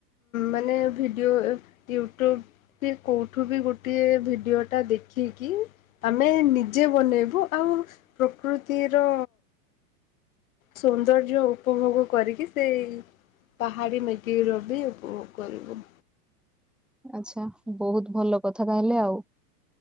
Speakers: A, on the left; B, in the centre.
A: ମାନେ ଭିଡିଓ, ୟୁଟ୍ୟୁବ କୋଉଠୁ ବି ଗୋଟେ ଭିଡିଓ ଟା ଦେଖିକି, ଆମେ ନିଜେ ବନେଇବୁ, ଆଉ ପ୍ରକୃତିର ସୌନ୍ଦର୍ଯ୍ୟ ଉପଭୋଗ କରିକି, ସେଇ ପାହାଡି ମେଗି ର ବି ଉପଭୋଗ କରିବୁ।
B: ଆଚ୍ଛା ବହୁତ ଭଲ କଥା ତାହେଲେ, ଆଉ